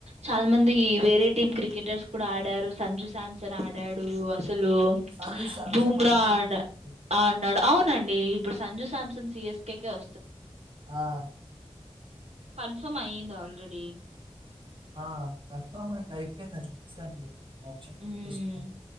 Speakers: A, on the right; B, on the right.
A: చాలా మంది వేరే టీమ్ క్రికెటర్స్ కూడా ఆడారు సంజు సాంసంన్ ఆడాడు అస్ తలు ప్చ్
B: సంజు శాంసంగ్
A: భూమ్రా
B: మన టీమే
A: అడా
B: అండి.
A: అడినాడు అవునండి ఇప్పుడు సంజు సామ్సంగ్ సిఎస్కేకే వ
B: ఆ
A: కన్ఫర్మ్ అయ్యంది ఆల్రెడీ
B: ఆ కన్ఫామ్ ఇంకా అయిపోయిందండి ఫిక్స్ అండి ఆప్షన్
A: మ్మ్
B: తీసుకున్నారు.